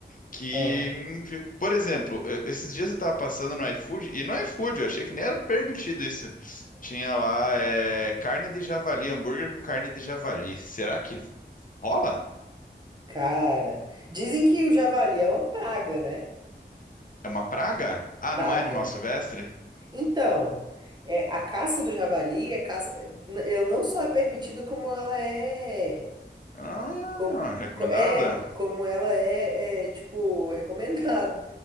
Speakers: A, on the left (about 45°); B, on the right (about 25°).
A: que,
B: Ah,
A: hum, por exemplo, eu- esses dias eu tava passando no iFood, e no iFood eu achei que nem era permitido isso. Tinha lá, é, carne de javali, hambúrguer com carne de javali. Será que rola?
B: cara. Dizem que o javali é uma praga, né?
A: É uma praga? Ah,
B: Praga.
A: não é animal silvestre?
B: Então, é, a caça do javali é caça, ela não só é permitida, como ela é.
A: Ah,
B: Com-
A: recomendada?
B: co- é, como ela é, é, tipo, <laughs> recomendado.